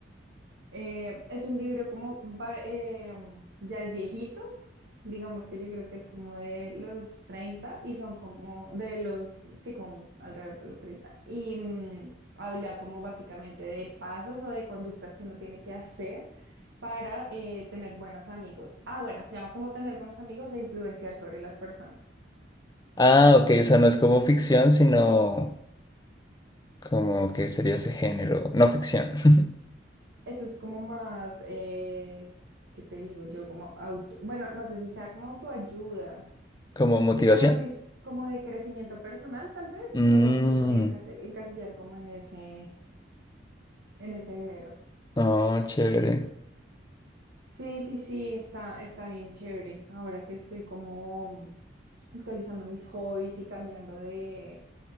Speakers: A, on the right; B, on the left.
A: Eh, es un libro como va- eh, ya es viejito, digamos que yo creo que es como de los 30 y son como de los, sí, como alrededor de los treinta Y mm, habla como básicamente de pasos o de conductas que uno tiene que hacer para eh, tener buenos amigos. Ah, bueno, se llama como tener buenos amigos e influenciar sobre las personas.
B: Ah, ok, o sea, no es como ficción, sino como que sería ese género, no ficción, <laughs>
A: Eso es como más, eh, ¿qué te digo yo? Como auto, bueno, no sé si sea como autoayuda.
B: como motivación.
A: Pero sí, es como de crecimiento personal, tal vez
B: Mmm,
A: lo, lo podrían case- encasillar como en ese, en ese género.
B: oh, chévere.
A: Sí, sí, sí, está, está bien chévere. Ahora que estoy como actualizando mis hobbies y cambiando de,